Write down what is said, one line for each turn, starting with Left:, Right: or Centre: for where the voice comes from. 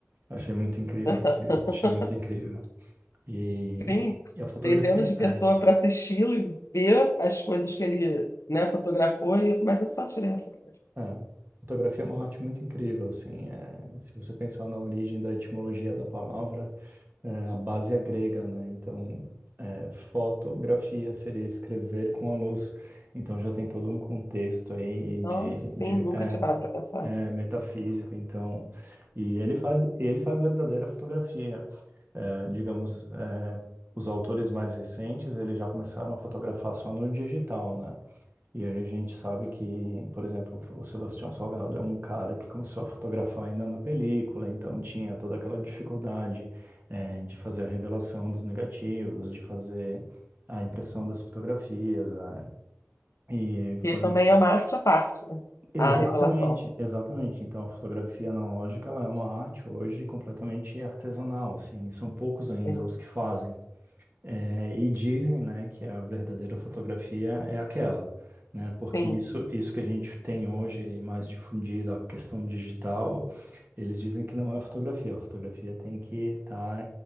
Right: Achei muito incrível
Left: <laughs>
Right: aquilo. Achei muito incrível. E,
Left: Sim,
Right: e a fotografia
Left: dezenas de pessoas
Right: é,
Left: para assisti-lo e ver as coisas que ele, né, fotografou, e, mas eu só tirei a foto.
Right: é, fotografia é uma arte muito incrível, assim. é, se você pensar na origem da etimologia da palavra É, a base é grega, né? Então, é, fotografia seria escrever com a luz. Então, já tem todo um contexto aí de,
Left: Nossa, sim,
Right: de
Left: nunca tinha parado para pensar.
Right: é, metafísico. Então, e ele faz, ele faz verdadeira fotografia. É, digamos, é, os autores mais recentes, eles já começaram a fotografar só no digital, né? E aí a gente sabe que, por exemplo, o Sebastião Salgado é um cara que começou a fotografar ainda na película, então tinha toda aquela dificuldade, eh, de fazer a revelação dos negativos, de fazer a impressão das fotografias. a- E foi
Left: E também é uma arte à parte, né?
Right: exatamente,
Left: A revelação.
Right: exatamente. Então a fotografia analógica ela é uma arte hoje completamente artesanal, assim, são poucos ainda
Left: Sim,
Right: os que fazem. É, e dizem, né, que a verdadeira fotografia é aquela, né? Porque
Left: sim,
Right: isso, isso que a gente tem hoje mais difundido, a questão digital, eles dizem que não é fotografia. A fotografia tem que estar